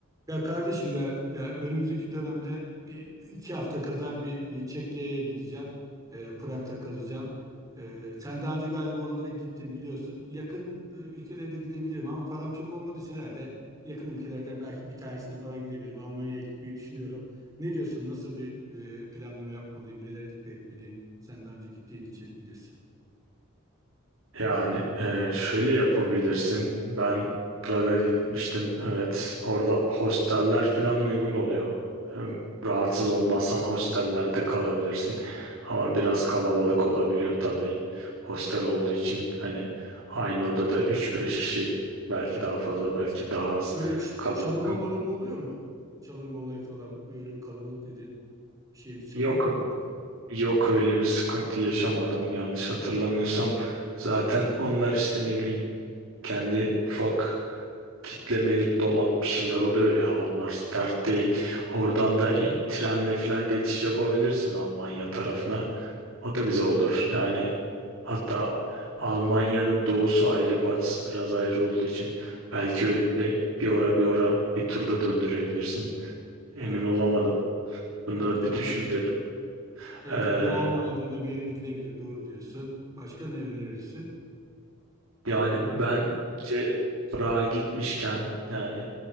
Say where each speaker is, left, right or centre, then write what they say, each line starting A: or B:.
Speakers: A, on the right (about 15°); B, on the right (about 65°).
A: Ya kardeşim ya, ya önümüzdeki dönemde bir iki hafta kadar bir e, Çekya'ya gideceğim. E, Prag'da kalacağım. E, sen daha önce galiba oralara gittin biliyorsun. Yakın e, ülkelerde gidebilirim ama param çok olmadığı için herhalde yakın ülkelerden belki bir tanesine falan gidebilirim. Almanya'ya gitmeyi düşünüyorum. Ne diyorsun? Nasıl bir e, planlama yapmalıyım? Nelere dikkat etmeliyim? Sen daha önce gittiğin için bilirsin.
B: Yani e, şöyle yapabilirsin. Ben Prag'a gitmiştim. Evet, orada hosteller falan uygun oluyor. Hem rahatsız olmazsan hostellerde kalabilirsin. Ama biraz kalabalık olabiliyor tabii. Hostel olduğu için hani aynı odada üç beş kişi belki daha fazla belki daha az
A: Öyle ç-
B: kalıyorsun.
A: çalınma malınma oluyor mu? Çalınma olayı falan. Öyle kalabalık dedin. Bir şeyimiz çalınır
B: Yok
A: mı oralarda?
B: yok öyle bir sıkıntı yaşamadım yanlış hatırlamıyorsam. Zaten onlar işte ne bileyim kendi ufak kitlemelik dolap bir şeyler oluyor ya onlar dert değil. Oradan da e, trenle falan geçiş yapabilirsin Almanya tarafına. O da güzel olur. Yani hatta Almanya'nın doğusu ayrı batısı biraz ayrı olduğu için belki öyle bir ora bir ora bir turda döndürebilirsin. Emin
A: He.
B: olamadım. Bunu
A: Evet
B: da bir
A: anladım.
B: düşün derim.
A: Evet,
B: Ee,
A: evet, Doğu Almanya'dan da bir yere gidilebilir. Doğru diyorsun. Başka ne önerirsin?
B: yani
A: Ne
B: bence
A: var?
B: Prag'a gitmişken yani